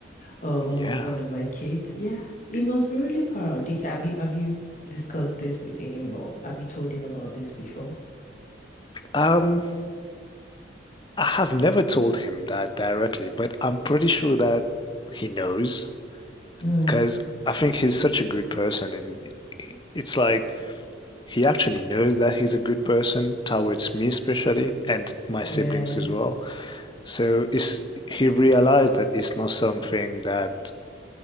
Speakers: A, on the left (about 45°); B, on the left (about 25°).
A: or
B: Yeah.
A: one of my kids. Yeah, he must be really proud. Did have you have you discussed this with him or have you told him about this before?
B: Um, I have never told him that directly, but I'm pretty sure that he knows
A: Mm,
B: because I think he's such a good person, and it's like he actually knows that he's a good person towards me especially and my siblings
A: yeah,
B: as well. So it's, he realized that it's not something that